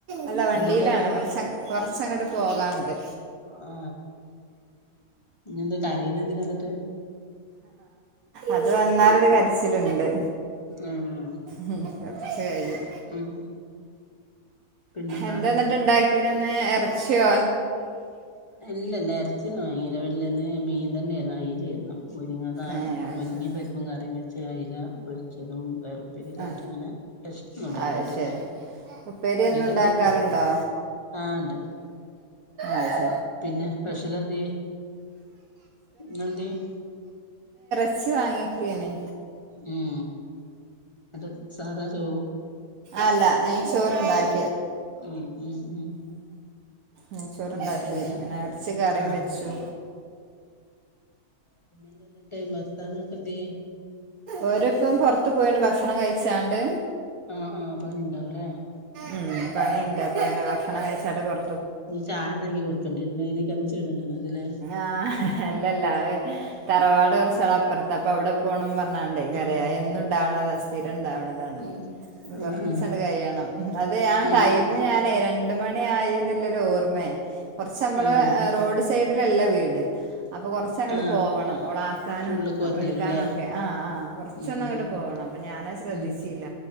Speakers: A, on the right (about 65°); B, on the left (about 30°).
A: അല്ല വണ്ടിലാണ്
B: വണ്ടിക്ക് വരവാ
A: കൊറച്ച കൊറച്ചങ്ങട്ട് പോ പോകാണ്ട്
B: ആ ഇഞ്ഞന്താ കരയണെന്തിനാന്നിട്ട്?
A: അത് വന്നാലൊരു കരച്ചല്ണ്ട്.
B: ആഹ്
A: ഹും എറച്ചി ആയിയോ?
B: ഉം പിന്നെന്താ
A: എന്താന്നിട്ട് ഇണ്ടാക്കീന്ന്ന് എറച്ച്യൊ?
B: അല്ലല്ല എറച്ചിന്ന് വാങ്ങീല. വല്ലന്ന് മീൻ തന്നേരുന്നു. അയിലേരുന്നു. മുരിങ്ങതാ.
A: ഏ അത്
B: മുരിങ്ങേപരിപ്പും
A: ശരി
B: കറീംവെച്ച് അയ്ല പൊരിച്ചതും <unintelligible> ലുതായിട്ട്ങ്ങനെ
A: ആ
B: പെഷ്ലൊന്നും ഉണ്ടാക്കിയിട്ടില്ല
A: അത് ശരി ഉപ്പേരി എന്നുണ്ടാക്കാറുണ്ടോ?
B: നിങ്ങക്ക് എന്തേരുന്നു ആ ഉണ്ട്
A: അയ്ശ
B: പിന്നെ പേഷൽ എന്തേ? ഇന്നെന്തേ?
A: ച്ചി വാങ്ങ്യേക്കാണെ
B: ഉം ത് സാദാ ചോ
A: അല്ല നെയ്ച്ചോറ്ണ്ടായ്
B: ഉം ഉം ഉം
A: നെയ്ചോറ്ണ്ടാക്കി
B: ഉം പിന്നെ
A: ങ്ങനെ ഇറച്ചി കറിം
B: ആ
A: വെച്ചു.
B: പിന്നേ എന്തേന്നിട്ട് ഭർത്താവോക്കും എന്ത്യേ?
A: ഓരപ്പം പൊർത്ത് പോയിണ്ട് ഭക്ഷണം കഴിച്ചാണ്ട്
B: ആഹ്, ആഹ്, പണിണ്ടാവുലേ?
A: ഉം പണിണ്ട്. അപ്പ പിന്നേ ഭക്ഷണം കഴിച്ചാലെ പർ
B: ഇഞ്ഞ് ചായ ഇണ്ടാക്കി കൊടുക്കണ്ടെരുല്ലേ? <unintelligible> ചിണുങ്ങണത് ല്ലേ?
A: ആ അല്ലല്ല അഹ്‌ തറവാട് കൊറച്ച് <unintelligible> അപ്പറത്താ അപ്പ അവിടെ പോണം പറഞ്ഞണ്ടെ കരയാ
B: ആ
A: എന്നുണ്ടാവണതാ. സ്ഥിരണ്ടാവണതാണ്.
B: ഉം ആഹ്
A: കൊറച്ചണ്ട്കഴിയണം. അത് ഞാൻ
B: ആഹ്
A: ടൈമ് ഞാനേ രണ്ട്മണി ആയിന്നില്ലരു ഓർ മ്മേ കൊറച്ചമ്മളെ
B: ആഹ്
A: ഏ റോഡ് സൈഡിലല്ല വീട് അപ്പ കൊറച്ചങ്ങട്
B: ആഹ്
A: പോവണം. ഓള ആക്കാനും
B: ഉള്ള്ക്ക് പോരണ്ടി
A: എടുക്കാനും
B: വരുംല്ലേ
A: ഒക്കെ കുറച്ചൊന്നങ്ങട്
B: ഉം
A: പോണം. അപ്പ ഞാനത് ശ്രദ്ധിച്ചീല.
B: ഉം